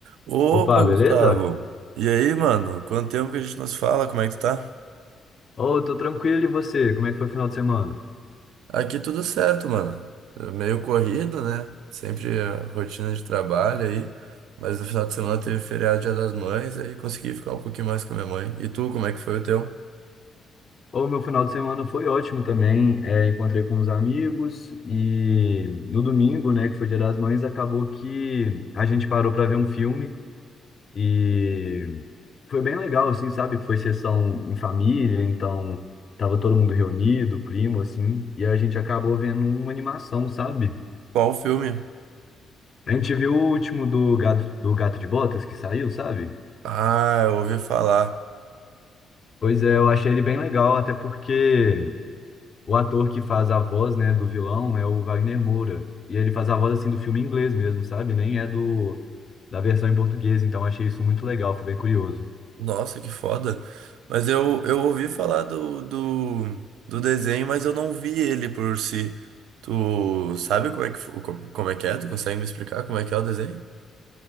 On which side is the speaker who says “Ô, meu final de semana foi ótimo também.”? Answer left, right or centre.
Left